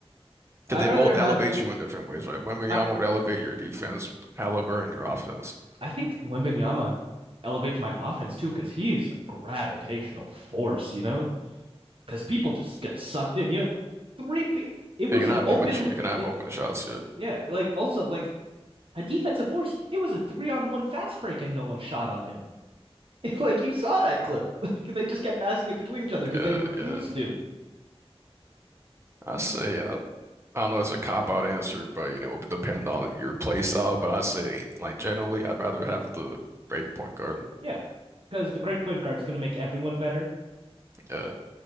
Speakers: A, on the right; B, on the right.
A: I'd
B: Because they
A: rather
B: both
A: have
B: elevate you in different ways, right? Wembanyama
A: I,
B: would elevate your defense, Halliburton your offense.
A: I think Wembanyama elevates my offense too because he's a gravitational force, you know? Because people just get sucked in. You know, three pe it was
B: You're gonna
A: an
B: have
A: open
B: open sh you're gonna have
A: it,
B: open shots. Yeah,
A: yeah, like also like a defensive force. It was a three on one fast break and no one shot on him. <laughs> Like you saw that clip. <laughs> they just kept passing it between each other because
B: yeah,
A: they refused
B: yeah.
A: to.
B: I say I, I don't know it's a cop out answer, but you know, it would depend on your play style. But I say, like generally, I'd rather have the great point guard.
A: Yeah, because the great point guard is going to make everyone better.
B: Yeah,